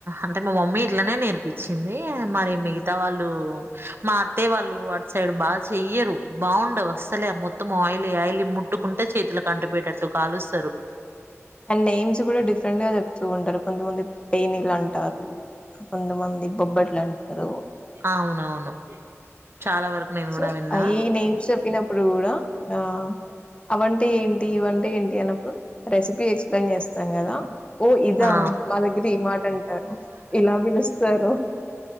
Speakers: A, on the right; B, on the left.
A: అంటే మా మమ్మీ ఇట్లనే నేర్పించింది మరి మిగతా వాళ్ళు మా అత్తయ్య వాళ్ళు అటు సైడ్ బాగా చెయ్యరు బాగుండవు అసలే మొత్తం ఆయిలీ ఆయిలీ ముట్టుకుంటే చేతిలో కంటిపోయేటట్టు కాలుస్తారు
B: అండ్ నేమ్స్ కూడా డిఫరెంట్ గా చెప్తూ ఉంటారు కొంతమంది పేనీలు అంటారు కొంతమంది బొబ్బట్లు అంట ద
A: అవునవును చాలా వరకు నేను
B: సో
A: కూడా విన్నా
B: అయ నేమ్స్ చెప్పినప్పుడు కూడా ఆ అవంటే ఏంటి ఇవంటే ఏంటి అన్నప్పుడు రెసిపీ సిపీ ఎక్స్ప్లెయిన్ చేస్తాం కదా ఓ ఇదా
A: ఆ
B: మా దగ్గర ఈ మాట అంటారు ఇలా పిలుస్తారు